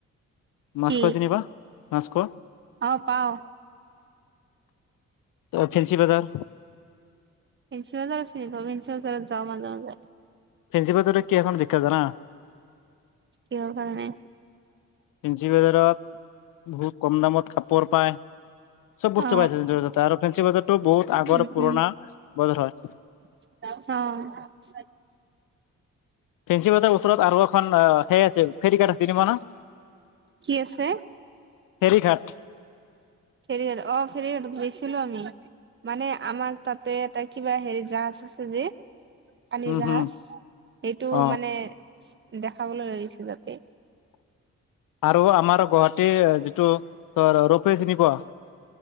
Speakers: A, on the right; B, on the left.
A: কি
B: মাস্ক যেনিবা মাস্ক
A: অ পাও
B: অ ফেন্চি বজাৰ
A: পেঞ্চি বজাৰত ন পেঞ্চি বজাৰত যোৱা মানা মাজায় <unintelligible>
B: ফেঞ্চি পাদ কি এখন বিখ্যাত জানা
A: কিহৰ কাৰণে
B: ঞ্চি বজাৰত বহুত কম দামত খাপ <unintelligible> <unintelligible> পায় চব বুজি
A: অ
B: পাইছ আৰু ফেঞ্চি বজাৰটো বহুত আগৰ
A: উম
B: পুৰণা
A: উম
B: বজাৰ হয় <unintelligible>
A: অ <unintelligible>
B: ফেঞ্চি বাটাৰ ওচৰত আৰু এখন সেই আছে ফেৰ কাৰ্ড চনিব ন <unintelligible>
A: কি আছে
B: হেৰিঘাট
A: ফেৰিঘাট অ ফেৰিঘাটত গৈছিলো আমি মানে আমাৰ তাতে এটা কিবা হেৰি জাহাজ আছে যে আানী
B: উম
A: জাহাজ
B: হম
A: এইটো
B: অ
A: মানে <unintelligible> দেখাবলৈ লাগিছে যাতে
B: আৰু আমাৰ গুৱাহাটীৰ যিটো ত ৰোপে চিনিব <unintelligible>